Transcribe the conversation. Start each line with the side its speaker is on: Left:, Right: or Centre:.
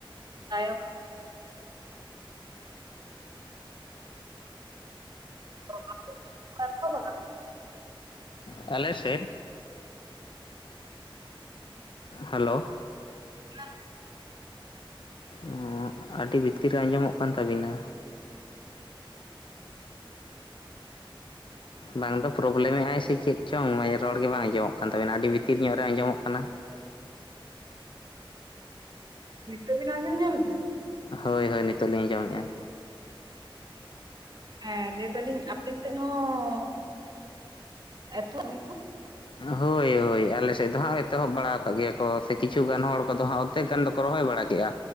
Right: ᱛᱟᱭᱚᱢ ᱵᱟᱝ ᱟᱸᱡᱚᱢ ᱴᱷᱤᱠᱟᱹᱜ ᱠᱟᱱᱟ
Left: ᱟᱞᱮ ᱥᱮᱫ ᱦᱮᱞᱳ
Right: ᱦᱮᱸ
Left: ᱚᱸ ᱟᱹᱰᱤ ᱵᱷᱤᱛᱤᱨ ᱨᱮ ᱟᱸᱡᱚᱢᱚᱜ ᱠᱟᱱ ᱛᱟᱵᱤᱱᱟ ᱵᱟᱝ ᱫᱚ ᱯᱨᱚᱵᱞᱮᱢᱮᱜ ᱟᱭ ᱥᱮ ᱪᱮᱫ ᱪᱚᱝ ᱨᱚᱲ ᱜᱮ ᱵᱟᱝ ᱟᱸᱡᱚᱢᱚᱜ ᱠᱟᱱ ᱛᱟᱵᱮᱱᱟ ᱟᱹᱰᱤ ᱵᱷᱤᱛᱤᱨ ᱧᱚᱜ ᱨᱮ ᱟᱸᱡᱚᱢᱚᱜ ᱠᱟᱱᱟ
Right: ᱱᱤᱛᱚᱜ ᱵᱮᱱ ᱟᱸᱧᱡᱚᱢ ᱧᱟᱢᱮᱫᱟ
Left: ᱦᱳᱭ ᱦᱳᱭ ᱱᱤᱛᱚᱜ ᱞᱤᱧ ᱟᱸᱡᱚᱢᱮᱫᱼᱟ᱾
Right: ᱦᱮᱸ ᱞᱟᱹᱭ ᱫᱟᱞᱤᱧ ᱟᱯᱮ ᱥᱮᱫ ᱦᱚᱸ ᱮᱛᱚᱦᱚᱵ ᱜᱮᱠᱚ
Left: ᱦᱳᱭ-ᱦᱳᱭ ᱟᱞᱮᱥᱮᱫ ᱫᱚ ᱦᱟᱸᱜ ᱮᱛᱚᱦᱚᱵ ᱵᱟᱲᱟ ᱟᱠᱟᱫ ᱜᱮᱭᱟ ᱠᱚ ᱥᱮ ᱠᱤᱪᱷᱩᱜᱟᱱ ᱦᱚᱲ ᱠᱚᱫᱚ ᱦᱟᱸᱜ ᱯᱨᱛᱮᱠ ᱜᱟᱱ ᱫᱚᱠᱚ ᱨᱚᱦᱚᱭ ᱵᱟᱲᱟ ᱠᱮᱜᱼᱟ